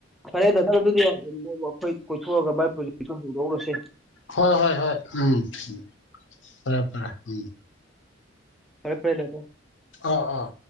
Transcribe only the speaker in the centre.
ꯐꯔꯦ ꯗꯥꯛꯇ꯭ꯔ ꯑꯗꯨꯗꯤ ꯅꫭꯡꯃꯥ ꯑꯩꯈꯣꯏ ꯀꯣꯏꯊꯣꯛꯑꯒ ꯃꯥꯏ ꯄ꯭ꯔꯣꯖꯦꯛꯇꯣ ꯍꯪꯗꫭꯛꯎꯔꯁꯦ
ꯐꯔꯦ ꯐꯔꯦ <unintelligible>